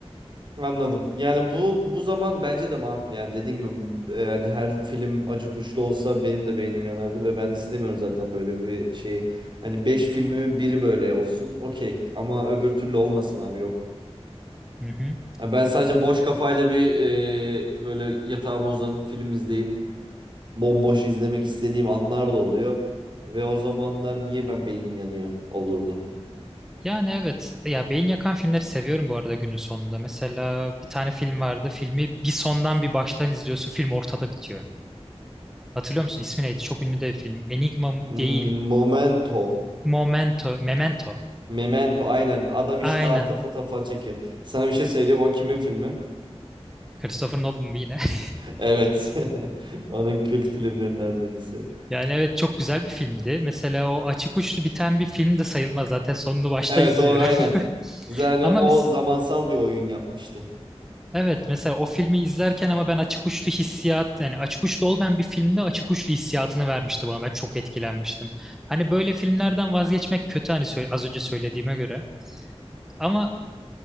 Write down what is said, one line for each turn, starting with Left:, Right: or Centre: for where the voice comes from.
Right: anladım. Yani bu bu zaman bence de makul. Yani dediğin gibi b- yani her film acı kuşlu olsa benim de beynim yanardı ve ben istemiyorum zaten böyle bir şey. Hani 5 filmimin biri böyle olsun. Okey ama öbür türlü olmasın abi yok.
Centre: Hı hı.
Right: Yani ben sadece boş kafayla bir e, böyle yatağıma uzanıp film izleyip bomboş izlemek istediğim anlar da oluyor. Ve o zamanlar niye ben beynim yanıyor olurdu.
Centre: Yani evet. Ya beyin yakan filmleri seviyorum bu arada günün sonunda. Mesela bir tane film vardı. Filmi bir sondan bir baştan izliyorsun. Film ortada bitiyor. Hatırlıyor musun? İsmi neydi? Çok ünlü de bir film. Enigma mı-
Right: Hmm,
Centre: değil.
Right: Momento.
Centre: Momento. Memento.
Right: Memento aynen. Adam işte
Centre: Aynen.
Right: ata fotoğraf falan çekiyor. Sana bir şey söyleyeyim. O kimin filmi? <laughs>
Centre: Christopher Nolan yine. <laughs>
Right: Evet. <laughs> Onun kült filmlerinden birisi.
Centre: Yani evet çok güzel bir filmdi. Mesela o açık uçlu biten bir film de sayılmaz. Zaten sonunu başta
Right: Evet
Centre: izliyorum.
Right: o aynen.
Centre: <laughs>
Right: Yani
Centre: Ama
Right: o
Centre: biz
Right: zamansal bir oyun yapmıştı.
Centre: evet mesela o filmi izlerken ama ben açık uçlu hissiyat yani açık uçlu olmayan bir filmde açık uçlu hissiyatını vermişti bana. Ben çok etkilenmiştim. Hani böyle filmlerden vazgeçmek kötü hani sö- az önce söylediğime göre. Ama